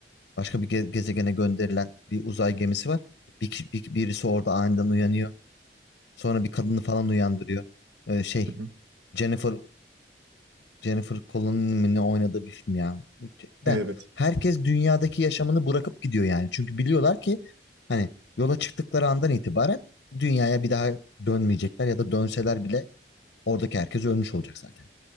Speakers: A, on the left; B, on the right.
A: başka bir ge- gezegene gönderilen bir uzay gemisi var. Bir, ki- bir- birisi orada aniden uyanıyor. Sonra bir kadını falan uyandırıyor. E, şey
B: Hı hı.
A: Jennifer Jennifer Connelly'nin ne oynadığı bir film ya.
B: Evet.
A: De herkes dünyadaki yaşamını bırakıp gidiyor yani. Çünkü biliyorlar ki hani yola çıktıkları andan itibaren dünyaya bir daha dönmeyecekler ya da dönseler bile oradaki herkes ölmüş olacak zaten.